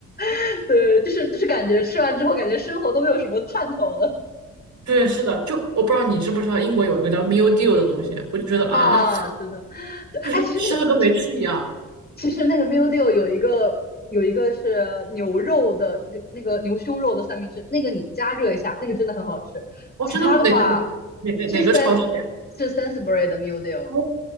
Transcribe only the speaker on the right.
对，是的，就我不知道你知不知道，英国有一个叫 mildew 的东西，我就觉得啊，
就是吃了跟没吃一样。
哦，
真的哪哪哪哪哪个超市呀？
哦，